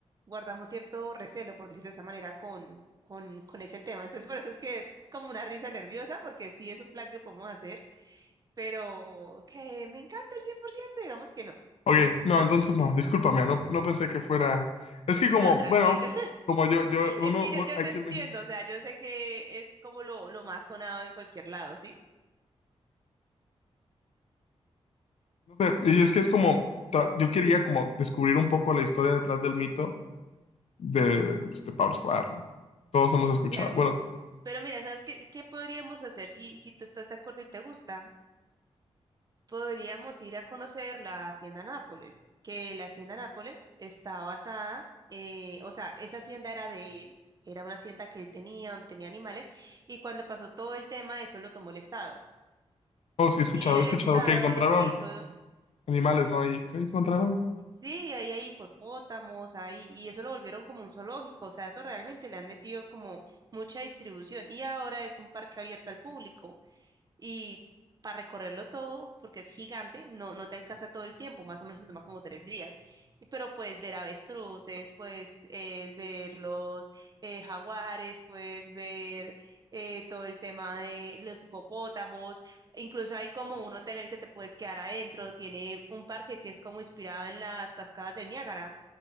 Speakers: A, on the right; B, on the left.
A: guardamos cierto recelo, por decirlo de esa manera, con, con, con ese tema. Entonces por eso es que es como una risa nerviosa porque sí es un plan que podemos hacer, pero que me encanta el 100% digamos que no.
B: Ok, no, entonces no, discúlpame, no, no pensé que fuera. Es
A: <laughs>
B: que como,
A: No, tranquilo.
B: bueno, como yo, yo, uno,
A: Es que yo,
B: un-
A: yo
B: aquí
A: te entiendo,
B: en México.
A: o sea, yo sé que es como lo, lo más sonado en cualquier lado, ¿sí?
B: No sé, y es que es como, ta- yo quería como descubrir un poco la historia detrás del mito de, pues, de Pablo Escobar, ¿no? Todos hemos escuchado,
A: Claro,
B: bueno,
A: pero mira, ¿sabes qué, qué podríamos hacer si, si tú estás de acuerdo y te gusta? Podríamos ir a conocer la Hacienda Nápoles, que la Hacienda Nápoles está basada, eh, o sea, esa hacienda era de él, era una hacienda que él tenía, donde tenía animales, y cuando pasó todo el tema, eso lo tomó el Estado.
B: oh, sí he escuchado,
A: Y el
B: he escuchado
A: Estado
B: que encontraron
A: lo que hizo
B: animales, ¿no? Ahí, ¿qué encontraron?
A: Sí, ahí hay hipopótamos, ahí, y eso lo volvieron como un zoológico, o sea, eso realmente le han metido como mucha distribución y ahora es un parque abierto al público. Y para recorrerlo todo, porque es gigante, no, no te alcanza todo el tiempo, más o menos se toma como tres días. Y- Pero puedes ver avestruces, puedes eh, ver los eh, jaguares, puedes ver eh, todo el tema de los hipopótamos. Incluso hay como un hotel en el que te puedes quedar adentro. Tiene un parque que es como inspirado en las cascadas del Niágara.